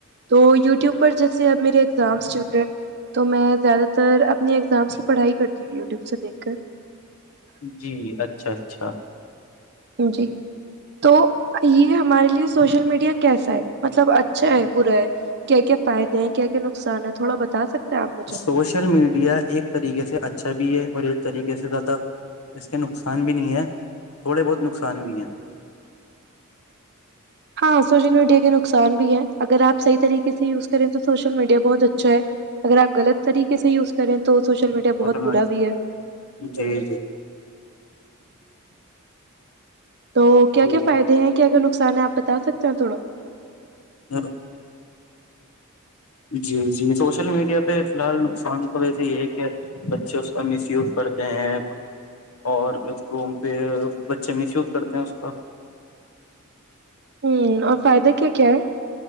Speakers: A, on the right; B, on the left.
A: تو یوٹیوب پر جیسے اب میرے ایگزامس چل رہے ہیں تو میں زیادہ تر اپنی ایگزامس کی پڑھائی کرتی ہوں یوٹیوب سے دیکھ کر
B: جی اچھا اچھا
A: جی <unintelligible> تو یہ ہمارے لیے سوشل میڈیا کیسا ہے مطلب اچھا ہے برا ہے کیا کیا فائدے ہیں کیا کیا نقصان ہے تھوڑا بتا سکتے ہیں آپ مجھے
B: سوشل میڈیا ایک طریقے سے اچھا بھی ہے اور ایک طریقے سے کہ تھا اس کے نقصان بھی نہیں ہیں تھوڑے بہت نقصان بھی ہیں
A: ہاں سوشل میڈیا کے نقصان بھی ہے اگر آپ صحی طریقے کسی یوز کریں تو سوشل میڈیا بہت اچھا ہے اگر آ غلط طریقے سے یز کریں تو سوشل میڈیا
B: سول
A: بہت
B: میڈ
A: برا بھی ہے
B: جی جی
A: تو کیا کیا
B: جی
A: فائدے ہیں کیا کیا ن نقصان ہے آپ بتا سکتے ہو تھوڑا
B: ہ جی جی سوشل میڈیا پہ فی الحال نقصان تو ویسے یہ ہے کہ بچے اس کا مس یوز کرتے ہیں اور اس کو پہ بچے مس یوز کرتے ہیں اس کا
A: ہ اور فائدہ کیا کیا ہے